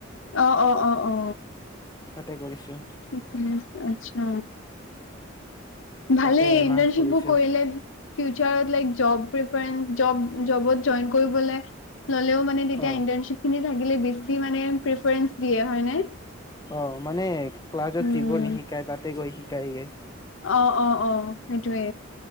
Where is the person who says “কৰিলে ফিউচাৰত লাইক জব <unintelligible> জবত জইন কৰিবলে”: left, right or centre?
Left